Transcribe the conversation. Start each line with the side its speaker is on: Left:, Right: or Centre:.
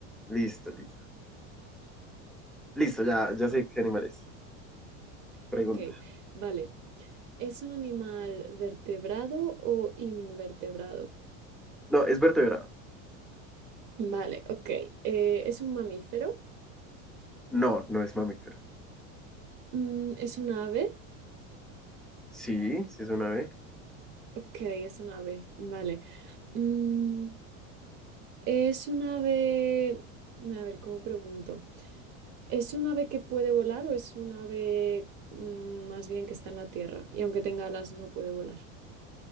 Centre: listo, listo. Listo, ya, ya sé qué animal es. Pregunta.
Right: Ok, vale. ¿Es un animal vertebrado o invertebrado?
Centre: No, es vertebrado.
Right: Vale, ok. eh, ¿es un mamífero?
Centre: No, no es mamífero.
Right: Mm, ¿es un ave?
Centre: Sí, sí es una ave.
Right: Ok, es un ave, vale. Mm, ¿Es un ave, a ver, ¿cómo pregunto? ¿Es un ave que puede volar o es un ave mm, más bien que está en la tierra y aunque tenga alas no puede volar?